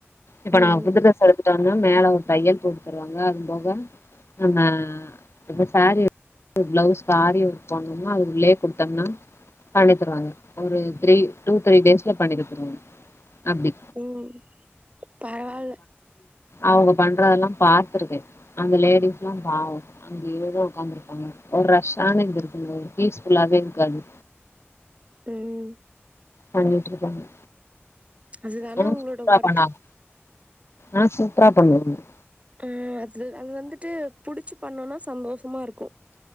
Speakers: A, on the left (about 70°); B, on the right (about 30°).
A: இப்ப
B: ம்
A: நா புது ட்ரஸ் எடுத் தோன்னா மேல ஒரு தையல் போட்டுத்தருவாங்க அது போக நம்ம இப்ப சாரீ எடுத் பிளவுஸ்க் ஆரி ஒர்க் போட்ணும்னா அது உள்ளே குடுத்தம்னா பண்ணி தருவாங்க ஒரு த்ரீ டூ த்ரீ டேஸ்ல பண்ணி குடுத்துருவாங்க அப்டி
B: ம் பரவால்ல
A: அவுங்க பண்றதல்லா பாத்துருக்கே அந்த லேடிஸ்லா பாவோ அங்கயேதா ஒக்காந்துருப்பாங்க ஒரு ரஷ்ஷான இது இருக்கும்ல பீஸ் ஃபுல்லாவே இருக்காது
B: ம்
A: பண்ணிட்ருக்காங்க
B: அதுதான
A: அ
B: உங்களோட
A: சூப்ரா
B: ஒர்க்
A: பண்ணுவாங்க அ சூப்ரா பண்ணுவாஙக்
B: ம் அது அது வந்துட்டு புடிச்சு பண்ணோனா சந்தோஷமா இருக்கு